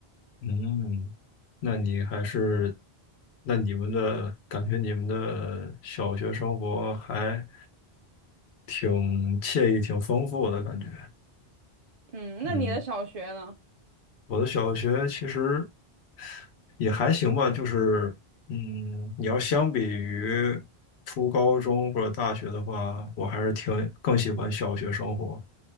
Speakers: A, on the left (about 80°); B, on the right (about 50°).
A: 嗯，那你还是，那你们的感觉，你们的小学生活还挺惬意、挺丰富的感觉。
B: 嗯，
A: 嗯
B: 那你的小学呢？
A: 我的小学其实也还行吧，就是嗯，你要相比于初高中或者大学的话，我还是挺更喜欢小学生活，